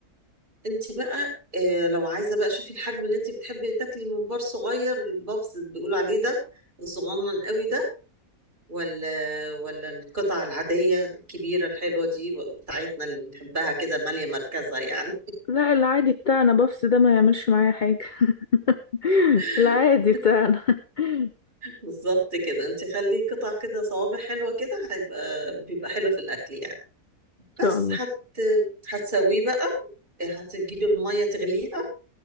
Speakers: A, on the right; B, on the left.
A: انت بقى آه، لو عايزه بقى شوفي الحجم اللي انت بتحبي تاكلي الممبار صغير البابس اللي بيقولوا عليه ده الصغنن قوي ده ولا ولا القطع العاديه الكبيره الحلوه دي بتاعتنا اللي بنحبها كده ماليه مركزها يعني
B: لا العادي بتاعنا بفس ده ما يعملش معايا حاجة <laughs>
A: <laughs>
B: العادي بتاعنا <laughs> ان
A: بالظبط كده انت خليه قطع كده صوابع حلوه كده هيبقى بيبقى حلو في الاكل يعني بس
B: شاء الله
A: هت هتسويه بقى هتجيبي الميه تغليها